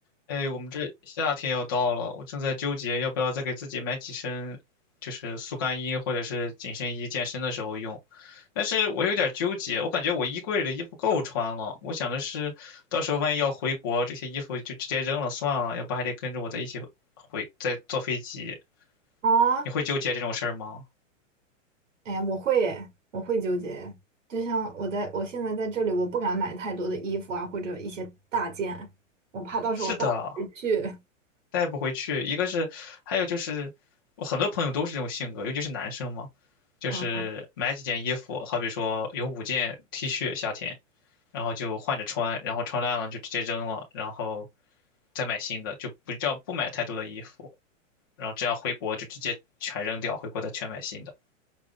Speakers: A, on the left; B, on the right.
A: 哎，我们这夏天要到了，我正在纠结要不要再给自己买几身，就是速干衣或者是紧身衣，健身的时候用。但是我有点纠结，我感觉我衣柜里的衣服够穿了。我想的是，到时候万一要回国，这些衣服就直接扔了算了，要不还得跟着我在一起回，再坐飞机。
B: 啊，
A: 你会纠结这种事儿吗？
B: 哎，我会耶，我会纠结。就像我在我现在在这里，我不敢买太多的衣服啊，或者一些大件，我怕到时候我带不回去。
A: 是的，带不回去。一个是，还有就是，我很多朋友都是这种性格，尤其是男生嘛，就是买几件衣服，
B: 啊
A: 好比说有五件 T 恤夏天，然后就换着穿，然后穿烂了就直接扔了，然后再买新的，就不叫不买太多的衣服，然后这样回国就直接全扔掉，回国再全买新的。